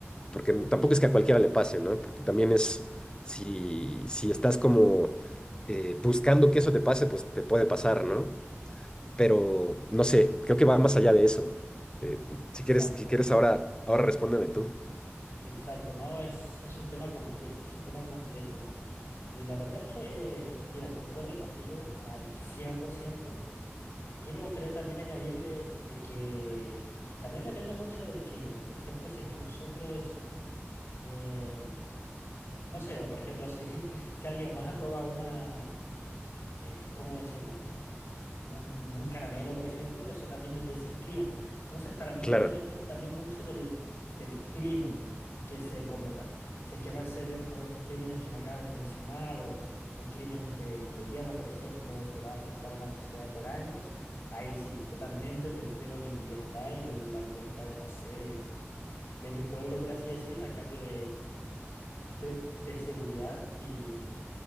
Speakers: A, on the left; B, on the left.
A: porque tampoco es que a cualquiera le pase, ¿no? Porque también es, si, si estás como eh, buscando que eso te pase, pues te puede pasar, ¿no? pero no sé, creo que va más allá de eso. Eh,
B: exacto.
A: si quieres, si quieres ahora, ahora respóndeme tú.
B: Exacto, no, es, es un tema complejo, es un tema complejo. Y la verdad es que, mira, concuerdo contigo al cien por ciento Y me gustaría también añadirle de que también depende mucho del crimen. Por ejemplo, si es que nosotros, eh, no sé, o por ejemplo, si, <laughs> si alguien más roba una, eh, ¿cómo decirlo? Un, un caramelo, por ejemplo, eso también vendría a ser crimen. Entonces, para mí
A: Claro,
B: depende también mucho del, del crimen que se cometa. Si es que va a ser esto, estos crímenes que me acabas de mencionar o, o crímenes de, de guerra, por ejemplo, que va a afectar a una sociedad por años, ahí sí, totalmente te entrego mi libertad y la, la libertad de, no sé, de, de mi pueblo, por así decir, a cambio de, de, de seguridad. Y,